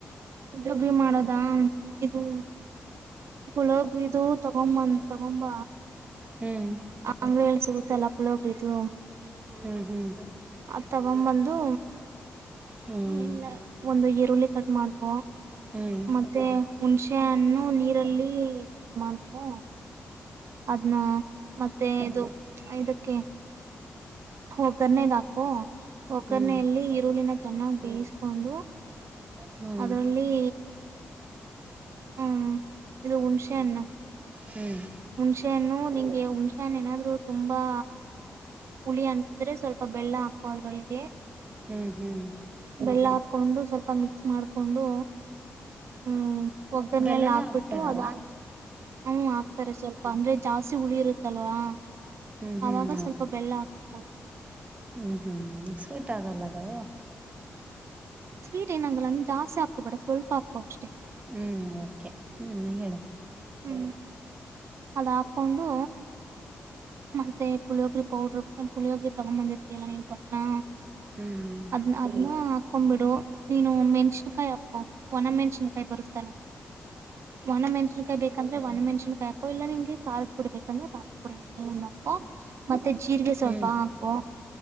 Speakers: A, on the right; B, on the right.
A: ಪುಳಿಯೋಗರೆ ಮಾಡದ ಇದು. ಪುಳಿಯೋಗರಿದು ತಗೊಂಬಂದ ತಗೊಂಬ.
B: ಹ್ಮ್
A: ಅಂಗಡೀಲಿ ಸಿಗುತ್ತಲ್ಲಾ ಪುಳಿಯೊಗ್ರಿದು.
B: ಹ್ಮ್ ಹ್ಮ್
A: ಆದ್ ತಗೊಂಬಂದು.
B: ಹ್ಮ್
A: ಏನಿಲ್ಲ ಒಂದು ಈರುಳ್ಳಿ ಕಟ್ ಮಾಡ್ಕೊ.
B: ಹ್ಮ್
A: ಮತ್ತೆ ಹುಣಸೆಯನ್ನು ನೀರಲ್ಲಿ ಇದ ಮಾಡ್ಕೊ. ಅದನ್ನ ಮತ್ತೆ ಇದು ಇದಕ್ಕೆ. ಒಗ್ಗರ್ನೆಗಾಕು ಒಗ್ಗರ್ನೆಯಲ್ಲಿ
B: ಹ್ಮ್ ಹ್ಮ್
A: ಈರುಳ್ಳಿನ ಚೆನ್ನಾಗ ಬೇಯಿಸ್ಕೊಂಡು.
B: ಹ್ಮ್
A: ಅದರಲ್ಲಿ. ಹ್ಮ್ ಇದು ಹುಣಸೆಹಣ್ಣು.
B: ಹ್ಮ್
A: ಹುಣ್ಶೆ ಹಣ್ಣು ನಿಂಗೆ ಹುಣ್ಸಹಣ್ಣು ಏನಾದ್ರು ತುಂಬಾ. ಹುಳಿ ಅನಸಿದ್ರೆ ಸ್ವಲ್ಪ ಬೆಲ್ಲ ಹಾಕ್ಕೋ ಅದ್ರೊಲ್ಗೆ.
B: ಹ್ಮ್ ಹ್ಮ್
A: ಬೆಲ್ಲ ಹಾಕೊಂಡು ಸ್ವಲ್ಪ ಮಿಕ್ಸ್ ಮಾಡ್ಕೊಂಡು ಹ್ಮ್. ಒಗ್ಗರ್ನೆಲ್ಲ
B: ಬೆಲ್ಲನೂ
A: ಹಾಕ್ಬಿಟ್ಟು
B: ಹಾಕ್ತಾರಾ
A: ಅದಾದ್ ಹ್ಮ್ ಹಾಕ್ತಾರೆ ಸ್ವಲ್ಪ ಅಂದ್ರೆ ಜಾಸ್ತಿ ಹುಳಿ ಇರುತ್ತಲ್ವಾ.
B: ಹ್ಮ್ ಹ್ಮ್
A: ಅವಾಗ ಸ್ವಲ್ಪ ಬೆಲ್ಲ ಹಾಕೋಬಹುದು.
B: ಹ್ಞೂ ಹ್ಞೂ ಸ್ವೀಟ್ ಆಗಲ್ಲ ಅದೂ
A: ಸ್ವೀಟ್ ಏನ್ ಆಗಲ್ಲ ನೀನ್ ಜಾಸ್ತಿ ಹಾಕೋಬೇಡ ಸ್ವಲ್ಪ ಹಾಕೋ ಅಷ್ಟೇ
B: ಹ್ಮ್ ಓಕೆ ಹ್ಮ್ ಹೇಳು.
A: ಹ್ಮ್ ಅದ ಹಾಕೊಂಡೂ ಮತ್ತೆ ಪುಳಿಯೋಗ್ರಿ ಪೌಡರ್ ಪುಳಿಯೊಗ್ರಿ ತಗೊಂಬಂದಿರ್ತಿಯಲ್ಲಾ ನೀನ್ ಪೋಟ್ನಾ
B: ಹ್ಮ್.
A: ಅದ್ನ ಅದ್ನಾ ಹಾಕೊಂಮ್ಬಿಡು ನೀನು ಮೆಣಸಿನ್ಕಾಯಿ ಹಾಕ್ಕೋ ಒಣಮೆಣಿಶಿನಕಾಯಿ ಬರುತ್ತಲ್ಲಾ
B: ಹ್ಮ. <unintelligible>
A: ಒಣ ಮೆಣಶಿನ್ಕಾಯಿ ಬೆಕಂದ್ರ ಒಣ ಮೆಣಶಿನ್ ಕಾಯಿ ಹಾಕೋ ಇಲ್ಲ ನಿಂಗೆ ಖಾರದ ಪುಡಿ ಬೇಕಂದ್ರೆ ಖಾರದ ಪುಡಿ <unintelligible> ಹಾಕೊ ಮತ್ತೆ ಜೀರಿಗೆ ಸ್ವಲ್ಪ
B: ಹ್ಮ್
A: ಹಾಕೊ